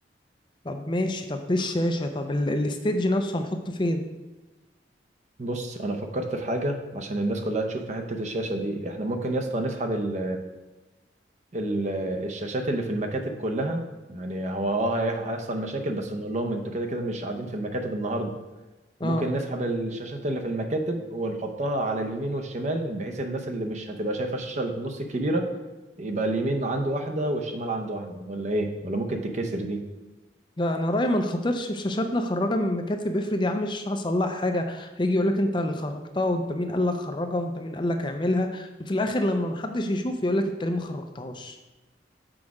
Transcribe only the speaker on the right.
بص انا فكرت في حاجه عشان الناس كلها تشوف في حته الشاشه دي احنا ممكن يا اسطى نسحب ال ال الشاشات اللي في المكاتب كلها يعني هو اه هي- هيحصل مشاكل بس نقول لهم انتوا كده كده مش قاعدين في المكاتب النهارده ممكن
نسحب الشاشات اللي في المكاتب ونحطها على اليمين والشمال بحيث الناس اللي مش هتبقى شايفه الشاشه اللي في النص الكبيره يبقى اليمين عنده واحده والشمال عنده واحده ولا ايه ولا ممكن تتكسر دي